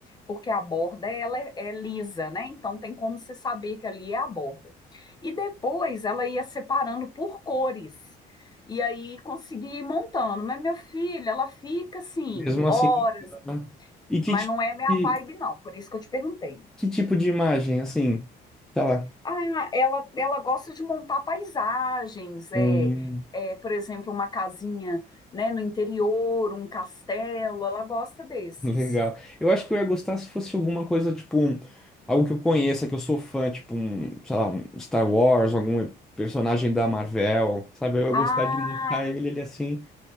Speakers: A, on the left (about 25°); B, in the centre.
A: Porque a borda ela é é lisa, né? Então tem como você saber que ali é a borda. E depois ela ia separando por cores. E aí conseguia ir montando. Mas minha filha, ela fica assim,
B: Mesmo
A: horas,
B: assim. né? E que,
A: mas
B: ti-
A: não é minha
B: e
A: vibe, não. Por isso que eu te perguntei.
B: que tipo de imagem, assim, sei lá,
A: Ah, ela, ela gosta de montar paisagens, é,
B: um
A: é, por exemplo, uma casinha, né, no interior, um castelo, ela gosta desses.
B: Legal. Eu acho que eu ia gostar se fosse alguma coisa, tipo, um- algo que eu conheça, que eu sou fã, tipo, um, sei lá, um Star Wars, algum personagem da Marvel, sabe? Eu ia gostar
A: Ah,
B: de montar ele, ele assim.